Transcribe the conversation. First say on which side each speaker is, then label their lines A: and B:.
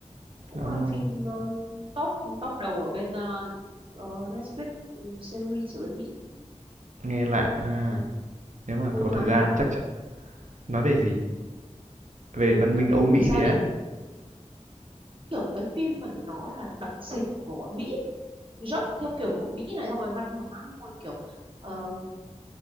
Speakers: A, on the right; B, on the right.
A: cũng
B: Oh.
A: là phim ờ, top top đầu ở bên ờ, ờ, Netflix ừ, series ở bên Mỹ
B: nghe lạ ha. Nếu mà
A: Ôi,
B: có
A: nhưng
B: thời
A: mà hay
B: gian
A: lắm
B: chắc chắn nói về gì? Về
A: ừ,
B: văn
A: nói
B: minh Âu
A: về một
B: Mỹ
A: cái gia
B: đấy
A: đình
B: á.
A: kiểu cái phim mà nó là đặc sệt của bọn Mỹ ấy, dốc theo kiểu của Mỹ này xong rồi văn hóa xong rồi kiểu ờm,